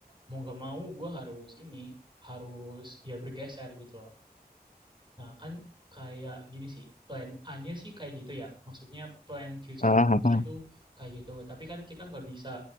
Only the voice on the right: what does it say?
mau gak mau gue harus ini, harus ya bergeser gitu loh. Nah, kan kayak gini sih, plan A-nya sih kayak gitu ya. Maksudnya plan future
nya tuh kayak gitu. Tapi kan kita nggak bisa